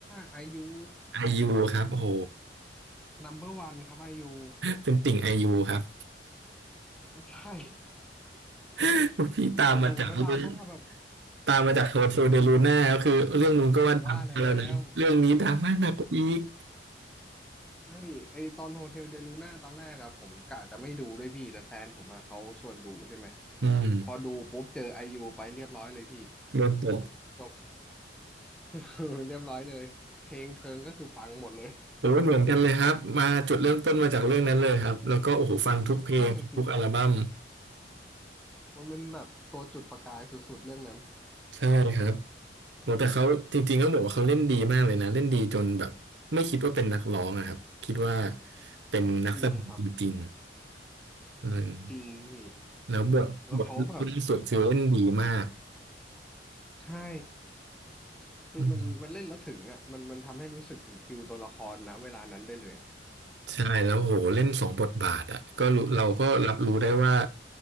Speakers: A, in the centre; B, on the right.
A: ไอยู
B: ไอยูครับโห
A: number one ครับไอยู
B: เป็นติ่งไอยูครับ
A: <laughs> ใช่
B: <laughs>
A: <laughs>
B: พี่ตามมาจากเรื่อง
A: โหแต่ดูแล้วดราม่าแบบ
B: ตามมาจากโฮโซเดลูน่าก็คือเรื่องนู้นก็ว่าดังแล้วนะเรื่องนี้ดังมากหนักกว่าอีก
A: ผมว่าแล้ว ใช่ไอตอนโฮเทลเดลูน่าตอนแรกอะผมกะจะไม่ดูด้วยพี่แต่แฟนผมอะเขาชวนดูใช่ไหม
B: อืม
A: พอดูปุ๊บเจอไอยูไปเรียบร้อยเลยพี่
B: โดนตก
A: จบ <laughs> เรียบร้อยเลยเพลงเพลิงก็คือฟังหมดเลย
B: โอ้ยเหมือนกันเลยครับมาจุดเริ่มต้นมาจากเรื่องนั้นเลยครับแล้วก็โอ้โหฟังทุกเพลงทุกอัลบั้ม
A: นั่นน่ะสิมันเป็นแบบตัวจุดประกายสุดๆเรื่องนั้น
B: ใช่ครับโอ้แต่เขาจริงๆก็บอกว่าเขาเล่นดีมากเลยนะเล่นดีจนแบบไม่คิดว่าเป็นนักร้องนะครับคิดว่าเป็นนักแสดงจริง
A: จริงครับ
B: ๆอืม
A: จริงพี่
B: แล้วบทบทรองล่าสุดคือเล่นดีมาก
A: แล้วเขาแบบใช่คือมันมันเล่นแล้วถึงอ่ะมันมันทำให้รู้สึกถึงฟิลตัวละครนะเวลานั้นได้เลยอ่ะ
B: อืม ใช่แล้วโหเล่นสองบทบาทอ่ะก็รู้เราก็รับรู้ได้ว่า